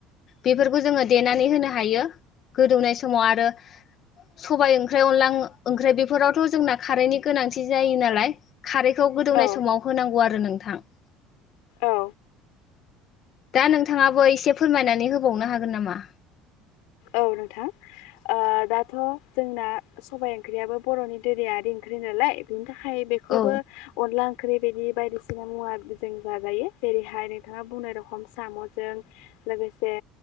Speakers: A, on the left; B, on the left.
A: बेफोरखौ जोङो देनानै होनो हायो गोदौनाय समाव आरो सबाय ओंख्रि अनला ओं-ओंख्रि बेफोरावथ' जोंना खारैनि गोनांथि जायो नालाय खारैखौ गोदौनाय
B: औ
A: समाव होनांगौ आरो नोंथां।
B: औ।
A: दा नोंथाङाबो एसे फोरमायनानै होबावनो हागोन नामा?
B: औ नोंथां। ओ दाथ' जोंना सबाय ओंख्रियाबो बर'नि दिरियारि ओंख्रि नालाय बिनि था खाय बेखौबो
A: औ
B: अनला ओंख्रि बिदि बायदिसिना मुवा जों जाजायो जेरैहाय नोंथाङा बुंनाय रखम साम'जों, लोगोसे